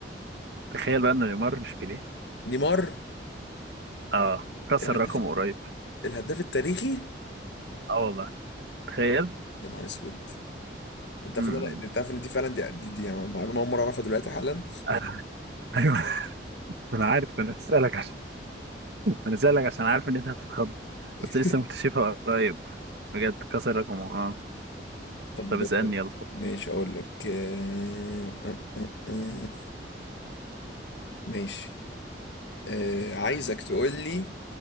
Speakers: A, on the right; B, on the left.
A: تخيل بقى ان نيمار مش بيليه
B: نيمار
A: اه كسر
B: الهداف
A: رقم قريب
B: الهداف التاريخي
A: اه والله تخيل
B: يا نهار اسود انت
A: م-
B: عارف
A: م.
B: إن أنا- انت عارف ان دي فعلا دي, دي, دي يعني معلومه اول مره اعرفها دلوقتي حالا
A: <laughs> ايوه انا عارف انا اسالك انا سألك عشان عارف ان انت هتتخض
B: <laughs>
A: بس لسه مكتشفها قريب بجد كسر رقمه اه
B: طب
A: طب اسألني يلا
B: ماشي اقول لك آه، آه، آه، آه، ماشي آه، عايزك تقول لي